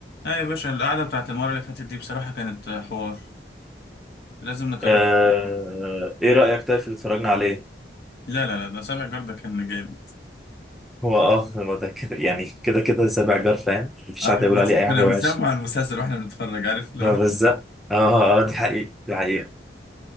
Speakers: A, on the left (about 65°); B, in the centre.
A: اه يا باشا القعدة بتاعت المرة اللي فاتت دي بصراحة كانت حوار لازم نكرر
B: آه، ايه رأيك طيب في اللي اتفرجنا عليه؟
A: لا لا لا ده سابع جردة كان جامد
B: هو اه هو ده كده يعني كده كده سابع جار فاهم مفيش
A: احنا
B: حد يقول
A: بنز...
B: عليه اي
A: كنا
B: حاجة
A: بنسمع
B: وحشة
A: المسلسل واحنا بنتفرج عارف اللي
B: ما
A: هو
B: بزق اه اه اه، دي حقيقة دي حقيقة